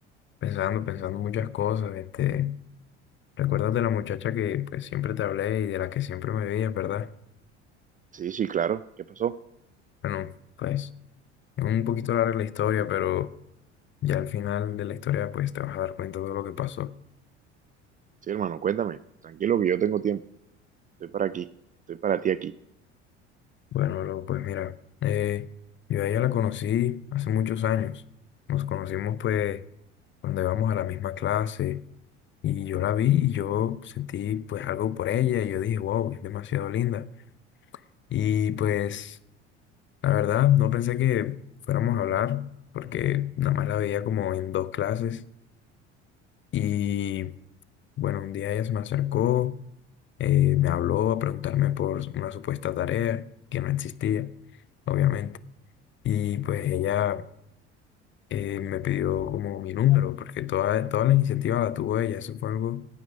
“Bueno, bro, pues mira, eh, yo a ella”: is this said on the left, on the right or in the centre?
Left